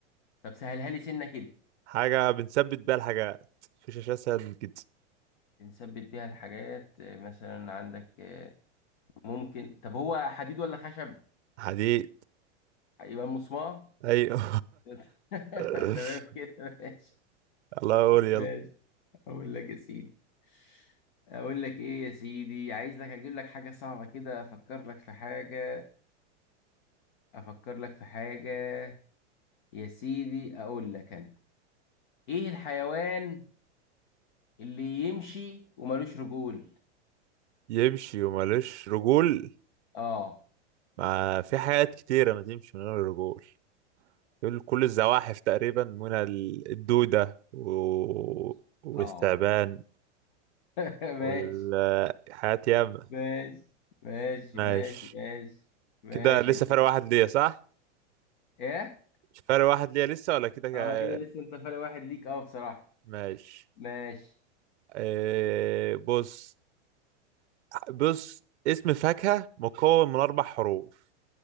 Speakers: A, on the left; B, on the right.
A: طب سهلها لي سنه كده
B: حاجة بنثبت بيها الحاجات مفيش أشياء أسهل من كده
A: بنثبت بيها الحاجات آه، مثلا عندك آه، ممكن طب هو حديد ولا خشب
B: حديد
A: يبقى مسمار
B: أيوه
A: <laughs>
B: <laughs>
A: تمام كده ماشي
B: الله يقول يلا
A: ماشي اقول لك يا سيدي اقول لك ايه يا سيدي عايز لك اجيب لك حاجة صعبة كده افكر لك في حاجة افكر لك في حاجة يا سيدي اقول لك انا ايه الحيوان اللي يمشي وملوش رجول
B: يمشي ومالوش رجول
A: اه
B: ما في حاجات كتيرة ما تمشي من غير رجول يقول كل الزواحف تقريبا من ال- الدودة و... والثعبان
A: اه <laughs> ماشي
B: والحاجات ياما
A: ماشي ماشي
B: ماشي
A: ماشي ماشي ماشي
B: كده لسه
A: يا سيدي
B: فرق واحد ليا صح؟
A: ايه
B: مش فرق واحد ليا لسه ولا كده كده-
A: اه كده لسه انت فارق واحد ليك اه بصراحة
B: ماشي
A: ماشي
B: إيه بص بص اسم فاكهة مكون من أربع حروف